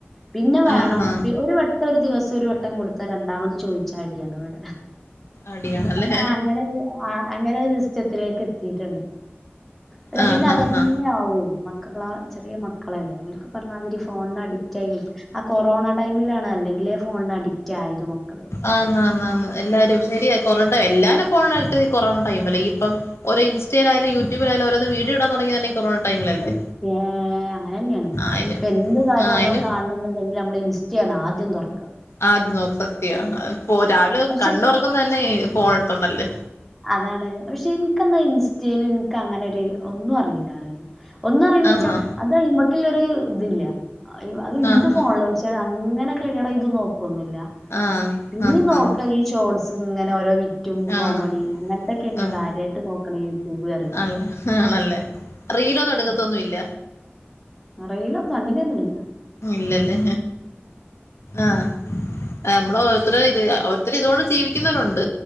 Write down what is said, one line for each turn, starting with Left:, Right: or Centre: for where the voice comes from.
Centre: പിന്നെ വേണം
Left: ആ ആ
Centre: പി ഒരു വട്ടം ഒരു ദിവസം ഒരു വട്ടം കൊടുത്താ രണ്ടാമത് ചോയിച്ച അടിയാണ് ഇവടെ
Left: അടിയാണല്ലേ
Centre: ആഹ് അങ്ങനൊരു ആഹ് അങ്ങനൊരു <unintelligible> എത്തിയിട്ടുണ്ട് അല്ല
Left: ആ
Centre: പിന്നെ
Left: ആ
Centre: അതന്നെയാവേ
Left: ആ
Centre: മക്കളാ ചെറിയ മക്കളല്ലേ ഓര്ക്ക് പറഞ്ഞാതിരി ഫോണിന് അഡിക്റ്റ് ആയി ആ കൊറോണ ടൈമിലാണ് അല്ലെങ്കിലേ ഫോണിന് അഡിക്റ്റ് ആയത് മക്കള്
Left: ആന്നാന്നാന്നു എല്ലാരും ശരിയാ കോറോ എല്ലാരും ഫോണായിട്ട് കൊറോണ ടൈം അല്ലെങ്കി ഇപ്പം ഓരോ ഇൻസ്റ്റയിലായാലും യൂടൂബിലായാലും ഓരോന്ന് വീഡിയോ ഇടാ തൊടങ്ങിയതന്നെ ഈ കൊറോണ ടൈമിലല്ലേ
Centre: ഏഹ് അങ്ങനന്നെയാണ്
Left: ആ അയിന്
Centre: ഇപ്പൊ എന്ത് കാര്യം
Left: ആ അയിന്
Centre: മ്മള് കാണണം എന്നുണ്ടെങ്കിൽ മ്മള് ഇൻസ്റ്റയാണ് ആദ്യം തുറക്കുക
Left: ആഹ് അത് നോക്ക് സത്യ ഫോ രാവിലെ
Centre: പക്ഷെ
Left: കണ്ണൊറക്കുന്ന തന്നെ ഫോൺ എടുത്തോണ്ടല്ലേ
Centre: അതാണ് പക്ഷെ ഇനിക്കന്താ ഇൻസ്റ്റേല് എനിക്കങ്ങനെ ഒരു ഒന്നും അറിയില്ല അറിയ ഒന്നും അറിയില്ലച്ചാ
Left: ആന്നോ
Centre: അത് അയിമ്മക്കിള്ളൊരു ഇതില്ല അത് ഇണ്ട്
Left: ആഹ്
Centre: ഫോണില് പക്ഷെ അങ്ങനെ ക്ലിയർ ചെയ്ത് നോക്കൊന്നുല്ല
Left: ആഹ്
Centre: പിന്നീം
Left: ആഹ് ആഹ്
Centre: നോക്ക ഈ ഷോട്സിങ്ങനെ ഓരോ വിറ്റും
Left: ആഹ്
Centre: കോമഡി അങ്ങനത്തൊക്കെന്നെ
Left: ആഹ്
Centre: കാര്യായിട്ട് നോക്കണ യൂട്യൂബ് പറയും
Left: ആണല്ലേ ആണല്ലേ റീലൊന്നും എടു ക്കത്തൊന്നുല്ല
Centre: റീലൊന്നും അങ്ങനെയൊന്നും ഇല്ല
Left: ഇല്ലല്ലേ ആഹ നമ്മള് ഓരുത്തടെ ഇത് ഓരുത്തർ ഇതുകൊണ്ട് ജീവിക്കുന്നരൊണ്ട്